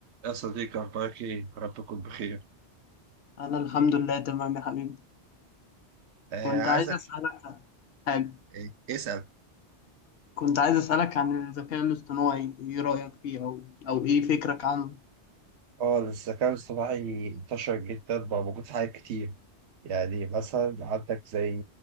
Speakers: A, on the right (about 75°); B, on the left (about 65°).
A: يا صديقي أخبارك إيه؟ رب تكون بخير
B: أنا الحمد لله تمام يا حبيبي
A: آه
B: كنت
A: عايزك
B: عايز أسألك عن حاجة
A: آه، اسأل
B: كنت عايز أسألك عن الذكاء الاصطناعي إيه رأيك فيه أو أو إيه فكرك عنه؟
A: اه الذكاء الاصطناعي انتشر جدا بقى موجود في حاجات كتير يعني مثلا عندك زي